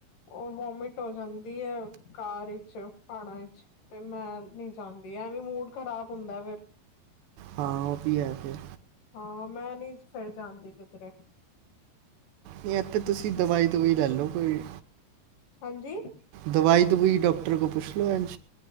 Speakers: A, on the left; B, on the right.
A: ਉਹ ਵੋਮਿਟ ਹੋ ਜਾਂਦੀ ਆ। ਕਾਰ ਵਿਚ, ਪਹਾੜਾਂ ਵਿਚ ਤੇ ਮੈਂ ਨੀ ਜਾਂਦੀ ਐਵੇਂ ਮੂਡ ਖਰਾਬ ਹੁੰਦਾ ਫਿਰ।
B: ਹਾਂ ਉਹ ਵੀ ਹੈ ਫਿਰ।
A: ਹਾਂ ਮੈਂ ਨੀ ਫਿਰ ਜਾਂਦੀ ਕਿਧਰੇ।
B: ਨੀ, ਐਥੇ ਤੁਸੀਂ ਦਵਾਈ -ਦਵੂਈ ਲੈ ਲਓ ਕੋਈ।
A: ਹਾਂਜੀ।
B: ਦਵਾਈ - ਦਵੂਈ ਡਾਕਟਰ ਕੋ ਪੁੱਛ ਲਓ, ਐਂਜ